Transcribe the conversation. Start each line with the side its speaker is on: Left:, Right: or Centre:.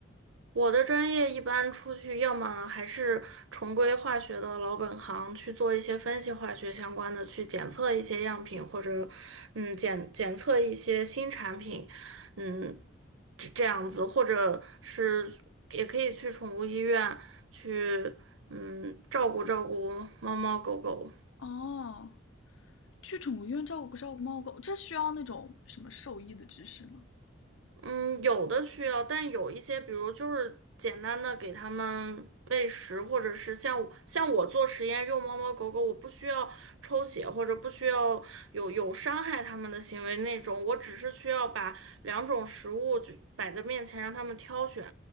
Right: 我的专业一般出去，要么还是重归化学的老本行，去做一些分析化学相关的，去检测一些样品，或者嗯检检测一些新产品，嗯这这样子，或者是也可以去宠物医院去嗯照顾照顾猫猫狗狗。
Left: 哦，去宠物医院照顾照顾猫狗，这需要那种什么兽医的知识吗？
Right: 嗯，有的需要，但有一些，比如就是简单的给它们喂食，或者是像我像我做实验用猫猫狗狗，我不需要抽血或者不需要有有伤害它们的行为那种，我只是需要把两种食物就摆在面前让它们挑选，